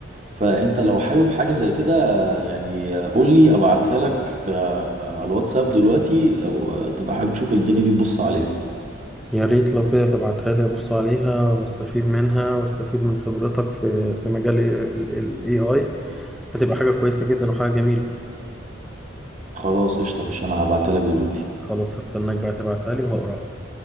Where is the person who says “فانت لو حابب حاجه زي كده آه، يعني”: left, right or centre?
Right